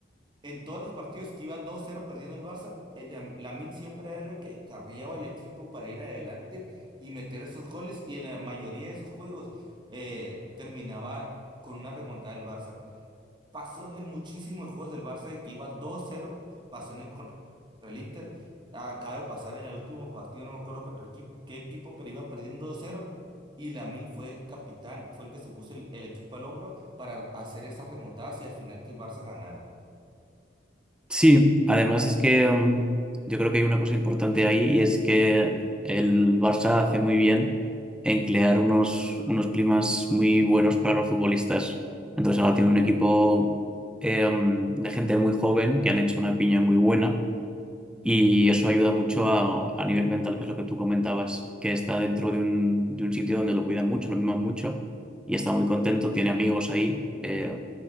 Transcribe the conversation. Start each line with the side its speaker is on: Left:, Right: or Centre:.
Right: en todos los partidos que iba 2-0 perdiendo el Barça, el Yam- Lamine siempre era el que carriaba el equipo para ir adelante y meter esos goles. Y en la mayoría de esos juegos eh, terminaba con una remontada del Barça. Pasó en muchísimos juegos del Barça de que iba 2-0, pasó en el contra el Inter. Acaba de pasar en el último partido, no me acuerdo contra equipo- qué equipo, pero iban perdiendo 2-0. Y Lamine fue el capitán, fue el que se puso el, el equipo al hombro para hacer esas remontadas y al final que el Barça ganara.
Centre: Sí, además es que mm, yo creo que hay una cosa importante ahí y es que el Barça hace muy bien en crear unos, unos climas muy buenos para los futbolistas. Entonces ahora tiene un equipo eh, mm, de gente muy joven que han hecho una piña muy buena. Y eso ayuda mucho a, a nivel mental, que es lo que tú comentabas, que está dentro de un, de un sitio donde lo cuidan mucho, lo miman mucho, y está muy contento, tiene amigos ahí, eh,